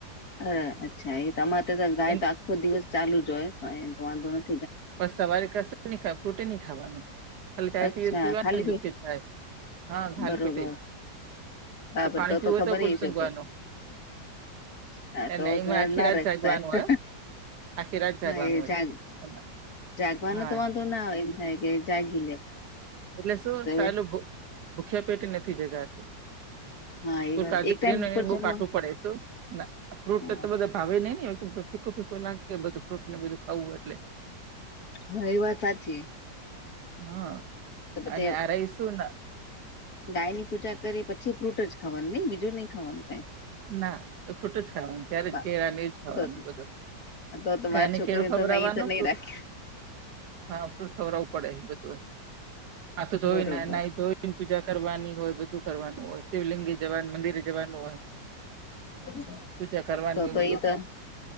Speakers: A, on the left; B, on the right.
A: અરે અચ્છા એ તમારે તો ગાય
B: એન-
A: તો આખો દિવસ ચાલુ જ હોય એતો વાંધો ન
B: પણ સવારે કશું ની ફ્રૂટ ની ખાવાનું ખાલી ચાય
A: અચ્છા
B: પી પીવા
A: ખાલી
B: દુધ
A: પેટ
B: કે ચાય હા ખાલી
A: બરોબર
B: પેટે જ
A: બાપર
B: તે પાણી પીવુ
A: ખબર
B: હોય તો ફુલ
A: એ
B: સુગવાનું
A: છે હા
B: અને
A: તો
B: એમાં
A: ઘર
B: આખી
A: ના
B: રાત
A: રખાય
B: જાગવાનું હોય હો આખી રાત
A: હા
B: જવાનું
A: એ
B: હોય
A: જાગ જાગવાનો
B: હા
A: તો વાંધો ના આવે એમ થાય કે જાગી
B: એટલે શું સાલું
A: <unintelligible>
B: ભૂખ્યા પેટે નથી જગાતું <inaudible>
A: હા એ
B: બવ
A: વાત
B: કઠું
A: એક ટાઈમ ઉપર જમવા
B: પડે શું ના ફ્રૂટ
A: હા
B: તો બધા ભાવે નહી ને <unintelligible> લાગે બધું ફ્રૂટ ને બધું ખાવું એટલે
A: હા એ વાત સાચી.
B: હા.
A: <unintelligible>
B: અને આ રહી શું
A: ગાય ની પૂજા કરી પછી ફ્રૂટ જ ખાવાનું નહી બીજું નહી ખાવાનું કઈ.
B: ના એ ફૂટું જ ખાવાનું ત્યારે
A: બા
B: કેળા નહ જ ખાવાનું
A: તો
B: બધું
A: તો તો
B: ગાય
A: મારી
B: ને
A: છોકરી
B: કેડું ખબર
A: તો
B: આવવાનું
A: એ તો નહી રાખે
B: હા ફલ ખબર પડે બધું આ તો ધોઈને
A: બરોબર
B: ધોઈને પૂજા કરવાની હોય બધું કરવાનું હોય શિવલિંગી જવાનું મંદિરે જવાનું હોય
A: <inaudible>
B: પૂજા કરવાની
A: તો
B: હોય
A: તો
B: બધું
A: એ તો